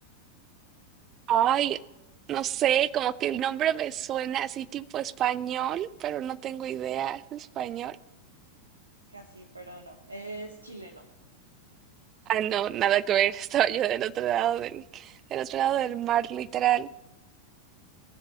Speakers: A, on the right; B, on the right.
A: Ay, no sé, como que el nombre me suena así tipo español, pero no tengo idea. ¿Es español?
B: Casi, pero no. Es chileno.
A: Ah, no, nada que ver. <laughs> Estaba yo del otro lado
B: <laughs>
A: del, del otro lado del mar, literal.